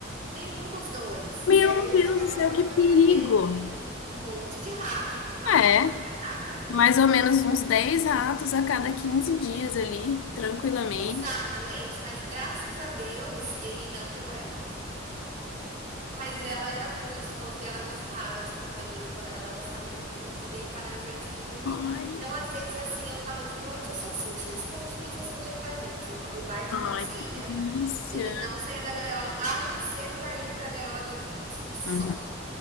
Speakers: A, on the right; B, on the left.
A: Nenhum dos dois.
B: Meu
A: E aí eu
B: Deus
A: já tava
B: do céu,
A: pronta
B: que perigo.
A: pra ter um monte de rato na-
B: É.
A: dentro da casa, né?
B: Mais ou menos uns 10 ratos a cada 15 dias ali, tranquilamente.
A: Exatamente, mas graças a Deus ele não pegou ela. Mas ela era muito fofa e ela gostava de companhia humana, ela gostava de vir, de deitar na gente, de dormir.
B: Ai,
A: Então, às vezes, assim, eu tava de noite, eu só sentia as patinhas, eu sabia que era Jinx. O o Bart não
B: ai,
A: saía.
B: que delícia.
A: Ele não saía da gaiola, a não ser pra ir pra gaiola da Jinx. Só.
B: Uhum.